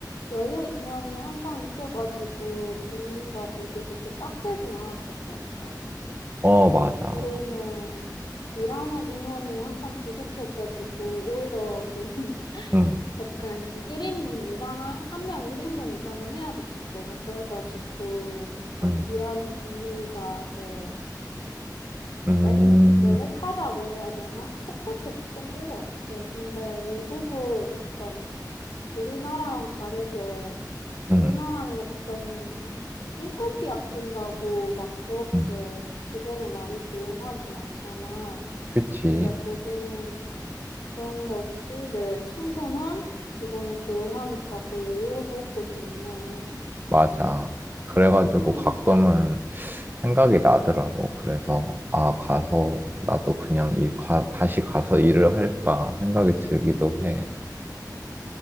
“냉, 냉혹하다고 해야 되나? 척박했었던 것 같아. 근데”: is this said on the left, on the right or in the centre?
Left